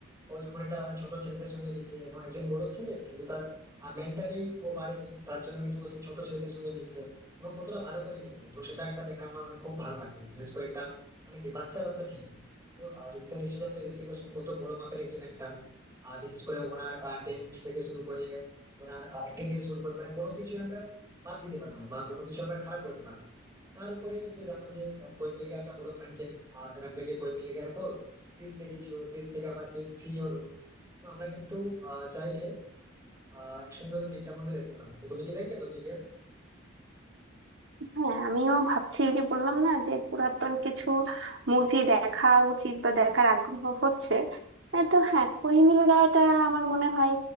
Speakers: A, on the right; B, on the right.
A: ও যখন একটা মানে ছোট ছেলেদের সঙ্গে মিশে এবং একজন বড় ছেলে কিন্তু তার মেন্টালি ও বাড়েনি তার জন্য কিন্তু ও সেই ছোট ছেলেদের সঙ্গে মিশছে এবং কতটা ভালো করে মিশে তো সেটা একটা দেখার আমার মানে খুব ভালো লাগে বিশেষ করে একটা মানে কি বাচ্চা বাচ্চা ফিল্ম তো আহ, তুমি তো নিশ্চয়ই জানো যে হৃতিক রোশন কত বড় মাপের একজন একটা আর বিশেষ করে ওনার ড্যান্স থেকে শুরু করে ওনার অ্যাক্টিং থেকে শুরু করে মানে কোনো কিছু আমরা বাদ দিতে পারবো না বা কোনো কিছু আমরা খারাপ বলতে পারবো না তার উপরে তুমি তো জানো যে আহ, কই মিল গয়া একটা বড় ফ্র্যাঞ্চাইজ আর সেখান থেকে কই মিল গয়ার পর ক্রিস বেরিয়েছিল ক্রিস থেকে আবার ক্রিস থ্রি হলো তো আমরা কিন্তু আহ, চাইলে আহ একসঙ্গে তো তিনটা মুভি দেখতে পারি তো তুমি কি দেখবে কই মিল গয়া
B: হ্যাঁ আমিও ভাবছি যে বললাম না যে পুরাতন কিছু মুভি দেখা উচিত বা দেখার আগ্রহ হচ্ছে আহ, তো হ্যাঁ কই মিল গয়াটা আমার মনে হয়